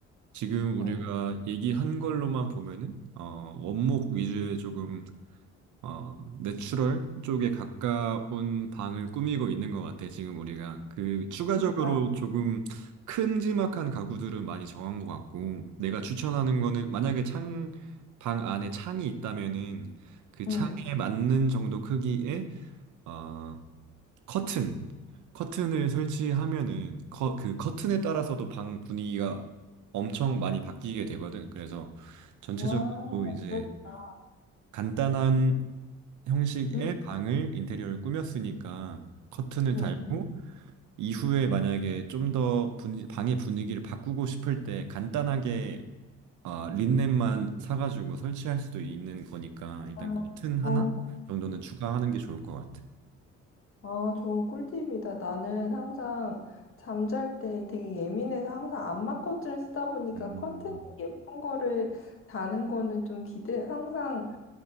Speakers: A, on the right; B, on the left.
A: 지금
B: 어,
A: 우리가 얘기한 걸로만 보면은 어, 원목 위주의 조금 어, 내추럴 쪽에 가까운 방을 꾸미고 있는 것 같아, 지금 우리가. 그, 추가적으로
B: 맞아.
A: 조금 큼지막한 가구들은 많이 정한 것 같고, 내가 추천하는 거는, 만약에 창, 방 안에 창이 있다면은, 그 창에
B: 응.
A: 맞는 정도 크기의, 어, 커튼. 커튼을 설치하면은, 커, 그 커튼에 따라서도 방 분위기가 엄청 많이 바뀌게 되거든. 그래서 전체적으로
B: 와,
A: 이제
B: 그렇다.
A: 간단한 형식의
B: 응,
A: 방을 인테리어를 꾸몄으니까 커튼을
B: 응,
A: 달고
B: 응.
A: 이후에 만약에 좀 더 방의 분위기를 바꾸고 싶을 때 간단하게 아, 린넨만 사가지고 설치할 수도 있는 거니까 일단
B: 아,
A: 커튼 하나
B: 좋은 거.
A: 정도는 추가하는 게 좋을 것 같아.
B: 아, 좋은 꿀팁이다. 나는 항상 잠잘 때 되게 예민해서 항상 안마 커튼을 쓰다 보니까
A: 음,
B: 커튼이 예쁜 거를 다는 거는 좀 기대, 항상,